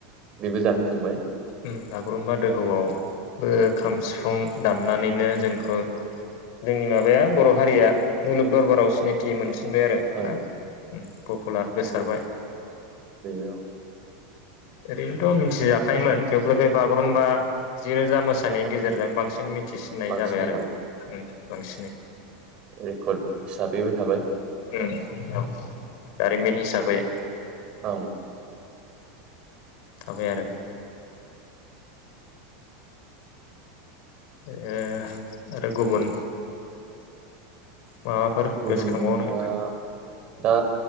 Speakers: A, on the right; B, on the left.
A: बेबो जानो थांबाय
B: उम बागुरुम्बा दोहौआवबो खाम सिफुं दामनानैनो जोंखौ जोंनि माबाया बर' हारिया मुलुग दरबाराव सिनायथि मोन सिनबाय आरो
A: औ
B: ना पपुलार गोसारबाय
A: बेेआव
B: ओरैनोथ' मिथिजाखायोमोन थेवब्लाबो बे बागुरुम्बा जिरोजा मोसानायनि गेजेरजों बांसिन मिथि थिसिननाय
A: बांसिन
B: जाबाय आरो
A: औ
B: बांसिनै
A: रेकर्ड हिसाबैबो थाबाय
B: उम औ जारिमिन हिसाबै
A: औ
B: थाबाय आरो ओ आरो गुबुन माबाफोर
A: गुबुन
B: गोसोखांबावनो
A: दा दा